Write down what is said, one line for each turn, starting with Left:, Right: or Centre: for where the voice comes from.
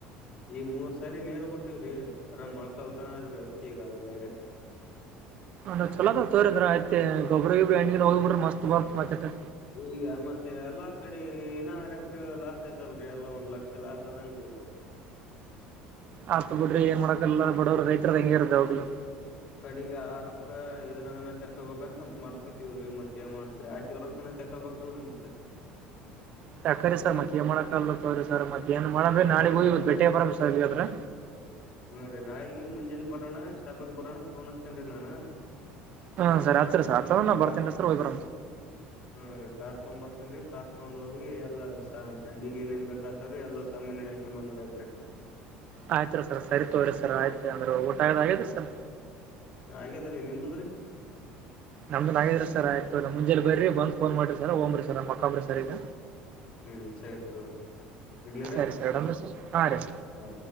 Left: ಈ ಮೂರ್ ಸರಿ ನೀರ್ ಬಿಟ್ಟಿವವ್ರಿ ಅರಾಮ್ ಮೊಳಕಲ್ತಾನ ಅದ್ರೀ ಅತ್ತಿ ಈಗ ಎರಡ್ ಎಕ್ರ
Right: ಅ ಚಲದ ತೋರಿ ಅ್ರ ಆಯತೆ ಗೊಬ ಗೊಬ್ರಿಣ್ಣ ಹೋಗ್ ಬಿ್ರ ಮಸ್ ಬತ್ ಮಾತಾ
Left: ಈಗ ಮತ್ತೆ ಎಲ್ಲಾ ಕಡೆ ಇನ್ನಾರಕ್ರ ಲಾಸ್ ಐದಲ್ರಿ ಎಲ್ಲಾ ಒಂದ್ ಲಕ್ಷ ಲಾಸ್ ಆದದಂಗ್ರೀ ಈಗ
Right: ಆತ ಬಿಡ್ರ ಏನ್ ಮಾಡಕಲ್ಲ ಬಡವರು ರೈತದ ಹೆಂಗ ಇರತ್ತದವಾಗ್ಲು
Left: ಈ ಕಡೆಗ ಆ ರಕ್ಕ ಇದ್ರಾಗ ನ ತಕ್ಕಬಬೇಕಂತ ಮಾಡ್ಕೈತಿವ ರೀ ಮತ್ತೇನ್ ಮಾಡ್ತವಿ ಾಕಿದ್ರೊ ಚೆಕ ಬಬೇಕಲ್ರರಿ ಮತ್ತೆ
Right: ಸಕ್ರ ಸರ್ ಮತ್ತೇಏನ್ ಮಾಡಕ ಅಲ್ಲ ತವ್ರರಿ ಸರ್ ಮತ್ತ್ಯಾ ಏನ್ ಮಾಡ್ರಿ ನಾಳಗ ಇ ಬೇಟ ಬರ ಸರ್್ರೆ
Left: ಹ್ಮೂ ರೀ ನಾಳಗ ಮುಂಜಾನೆ ಬರೋಣ ಶಾಬಕ್ ಬರೋಣ ೋನ್ ಹಸ್ತೇನ್ ರೀ ನಾನು
Right: ಹಾ ಸರ್ ಹತ್ರ ಸರ್ತ್ರ ಬರ್ತೇನ್
Left: ಕಾ
Right: ಸರ್ ಒೋಗಬರ
Left: ಹಾ ರೀ ಕಾರ್ ತೊೊಂಡ್ ಬರ್ತೇನ್ೀ ಕಾರ್ ತಗೊಂಡ್ ಹೋಗಿ ಎಲ್ಲಾ ಶೆಡ್ಡಿಗ್ ಏನ ನ್ ಬೇಕತವ್ರೀ ಎಲ್ಲಾ ಸಾಮನ್ಯ ಹಾಕೆ ಬಂದ್ರ ಇದ್ರರಿ
Right: ಆಯ್ತು ಸರ್ ಸರಿ ತಗ್ರರಿ ಸರ್ ಆಯ್ತು ಅಂದ್ರೆ ಊಟ ಆದ ಆರಿ ಸರ್
Left: ಹಾಗಾದ್ರಿ ನಿಮ್ದದ್ರಿ
Right: ನಮ್ದುನ್ ಹಾಗಿದ್ರ ಸರ್ ಆಯ್ತ ಮುಂಜೆ ಬನ್ರಿ ಬ ಫೋನ್ ಮಾಡಿ ಸರ್ ಹಓ್್ರಿ ಸರ್ ಮಕ್ಕೊಬ್ರಿ ಸರ್ ಈಗ
Left: ಹ್ಮ್ ಸರಿ ತೊಗರಿ ಇಡ್ಲರ
Right: ಸರಿ ಸರ್ ಇಡಮ್ರಿ ಸರ್ ಹಾ ರೀ
Left: ಹಾ